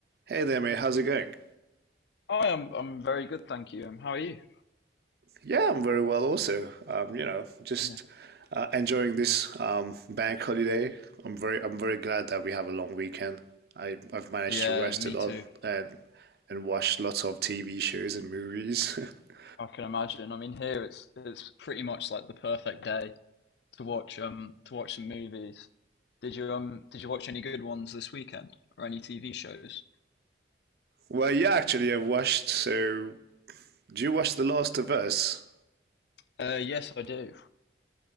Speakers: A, on the right (about 55°); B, on the left (about 65°).
A: Hey there, mate. How's it going?
B: Hi, I'm I'm very good, thank you. Um, how are you?
A: Yeah, I'm very well also. Um, you know, just
B: Yeah.
A: uh, enjoying this um, bank holiday. I'm very I'm very glad that we have a long weekend. I I've managed
B: Yeah,
A: to rest
B: me
A: a lot
B: too.
A: and and watch lots of TV shows and movies. <laughs>
B: I can imagine. I mean, here it's it's pretty much like the perfect day to watch um to watch some movies. Did you um did you watch any good ones this weekend or any TV shows?
A: Well, yeah, actually, I've watched. So, do you watch The Last of Us?
B: Uh, yes, I do.